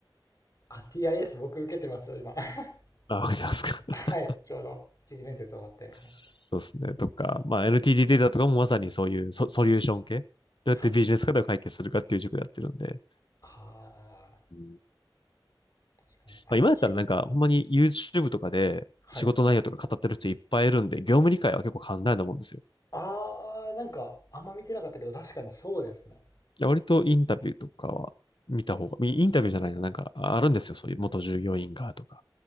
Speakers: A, on the left (about 45°); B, on the left (about 70°).
A: あ、TIS 僕受けてますよ、今。<laughs>
B: あ、わかりますか。<laughs>
A: はい、ちょうど一次面接終わって。はい。
B: そうですね。とか、まあ、NTT データとかもまさにそういうソ、ソリューション系。どうやってビジネス課題を解決するかっていう塾でやってるんで。
A: はい。ああ、
B: うん
A: 確かに。IT?
B: まあ、今やったらなんか、ほんまに YouTube とかで仕事内容とか語ってる人いっぱいいるんで、
A: はい。
B: 業務理解は結構簡単なもんですよ。
A: ああ、なんか、あんま見てなかったけど、確かにそうですね。
B: いや割とインタビューとかは見た方が、インタビューじゃないな、なんかあるんですよ。そういう元従業員がとか。